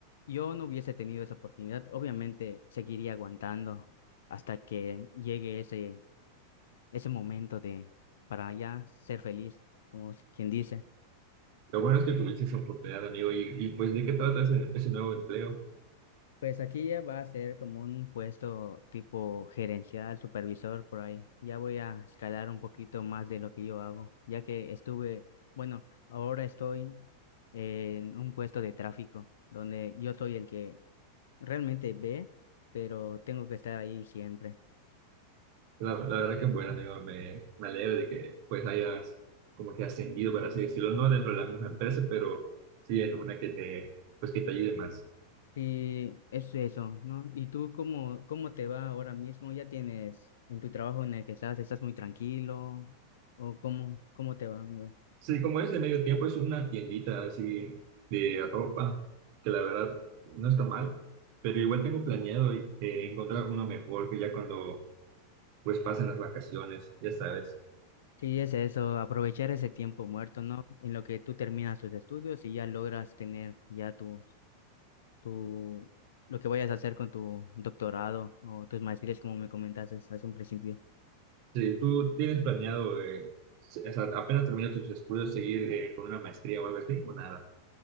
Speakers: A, on the left (about 60°); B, on the right (about 45°).
A: yo no hubiese tenido esa oportunidad, obviamente seguiría aguantando hasta que llegue ese ese momento de para ya ser feliz, como es quien dice.
B: Lo bueno es que tuviste esa oportunidad, amigo, y, y pues ¿de qué trata ese, ese nuevo empleo?
A: Pues aquí ya va a ser como un puesto tipo gerencial, supervisor por ahí. Ya voy a escalar un poquito más de lo que yo hago, ya que estuve, bueno, ahora estoy en un puesto de tráfico, donde yo soy el que realmente ve, pero tengo que estar ahí siempre.
B: La, la verdad que bueno, amigo, me, me alegro de que pues hayas como que ascendido, por así decirlo, no dentro de la misma empresa, pero sí en una que te, pues, que te ayude más.
A: Sí, es eso, ¿no? ¿Y tú cómo, cómo te va ahora mismo? ¿Ya tienes en tu trabajo en el que estás, estás muy tranquilo? ¿O cómo, cómo te va, amigo?
B: Sí, como es de medio tiempo, es una tiendita así de ropa, que la verdad no está mal, pero igual tengo planeado eh, encontrar uno mejor que ya cuando pues pasen las vacaciones, ya sabes.
A: Sí, es eso, aprovechar ese tiempo muerto, ¿no? En lo que tú terminas tus estudios y ya logras tener ya tu, tu, lo que vayas a hacer con tu doctorado o tus maestrías, como me comentaste hace un principio.
B: Sí, ¿tú tienes planeado, eh, se- o sea, apenas terminas tus estudios, seguir eh, con una maestría o algo así, o nada?